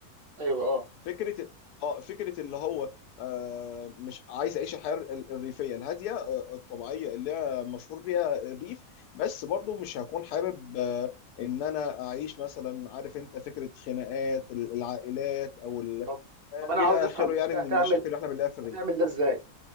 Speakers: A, on the right (about 85°); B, on the left (about 80°).
A: ايوه اه
B: فكره اه فكره اللي هو آه مش عايز اعيش الحياه ال- الريفيه الهاديه آه، الطبيعيه اللي هي مشهور بيها الريف بس برضو مش هكون حابب آه ان انا اعيش مثلا عارف انت فكره خناقات ال- العائلات او ال-
A: طب
B: آه،
A: طب انا
B: الى
A: عاوز افهم
B: اخره
A: انت
B: يعني
A: هتعمل
B: من المشاكل اللي احنا بنلاقيها في الريف
A: هتعمل ده ازاي